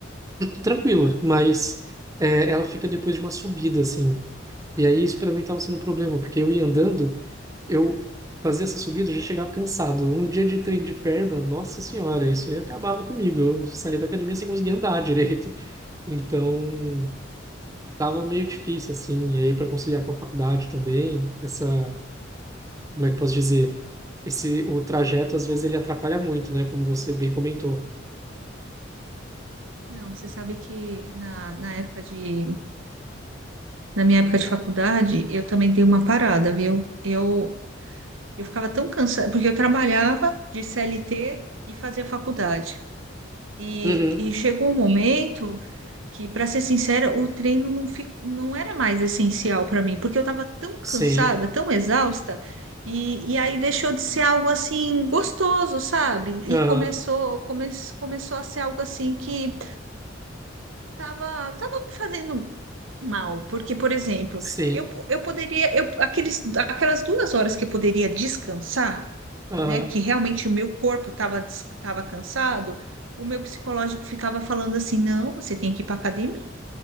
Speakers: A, on the right; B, on the right.
A: tranquila,
B: Tá.
A: mas é, ela fica depois de uma subida, assim. E aí isso para mim estava sendo um problema, porque eu ia andando, eu fazia essa subida, eu já chegava cansado. Um dia de trem de perna, nossa senhora, isso aí acabava comigo. Eu saía da academia sem conseguir andar <laughs> direito. Então, tava meio difícil, assim. E aí para conciliar com a faculdade também, essa, como é que eu posso dizer? Esse, o trajeto, às vezes, ele atrapalha muito, né? Como você bem comentou.
B: Não, você sabe que na, na época de, na minha época de faculdade, eu também dei uma parada, viu? Eu, eu ficava tão cansada, porque eu trabalhava de CLT e fazia faculdade. E,
A: Uhum,
B: e chegou um momento que, para ser sincera, o treino não, fic- não era mais essencial para mim, porque eu estava tão cansada,
A: sim,
B: tão exausta, e, e aí deixou de ser algo assim gostoso, sabe? E
A: aham,
B: começou, come, começou a ser algo assim que tava, tava me fazendo mal, porque, por exemplo,
A: sim,
B: eu, po- eu poderia, eu, aqueles, aquelas duas horas que eu poderia descansar
A: aham,
B: né, que realmente o meu corpo estava estava cansado, o meu psicológico ficava falando assim: não, você tem que ir para academia,